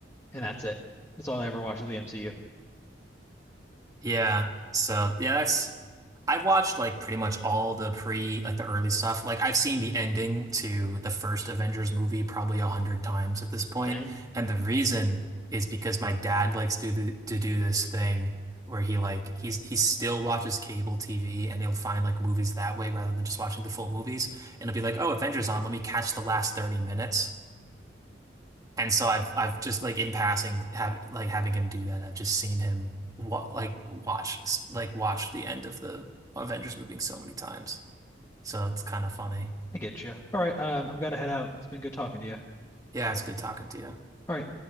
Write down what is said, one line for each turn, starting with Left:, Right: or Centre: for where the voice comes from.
Left: and that's it. That's all I ever watched of the MCU.
Right: Yeah. So yeah, that's I've watched like pretty much all the pre like the early stuff. Like I've seen the ending to the first Avengers movie probably a hundred times at this point.
Left: Dang.
Right: And the reason is because my dad likes to do to do this thing where he like he's he still watches cable TV and he'll find like movies that way rather than just watching the full movies. And he'll be like, "Oh, Avengers on, let me catch the last 30 minutes." And so I've I've just like in passing have like having him do that. I've just seen him wa like watch like watch the end of the Avengers movie so many times. So it's kind of funny.
Left: I get you. All right, um, I'm gonna head out. It's been good talking to you. All
Right: Yeah, it's good talking to you.
Left: right.